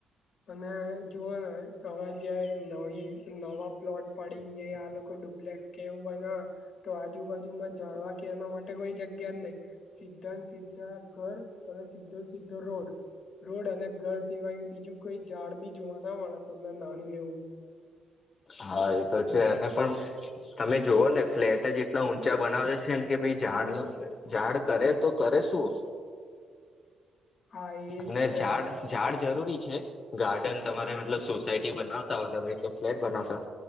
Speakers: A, on the left; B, on the left.
A: અને જોુવાનુંય હવે જ નવી નવા પ્લોટ પડી આ લોકો ડુપ્લેક્સ કેવું બને તો આજુબાજુમાં જાળવા કે એના માટે કોઈ જગ્યા જ નહી સીધા સીધા ઘર અને સીધો સીધો રોડ રોડ અને ઘર સિવાય બીજું કોઈ ઝાડ બી જોવા ના મળે તમને નાનું એવું
B: હા એ તો છે અને પણ તમે જોુઓ ને ફ્લેટ જ એટલા ઊંચા બનાવે છે ને કે ભાઈ ઝાડ ઝાડ કરે તો કરે શું
A: હા એ
B: અને
A: છે
B: ઝાડ ઝાડ જરૂરી છે ગાર્ડન તમારે મતલબ સોસાયટી બનાવતા હો તમે કે ફ્લેટ બનાવતા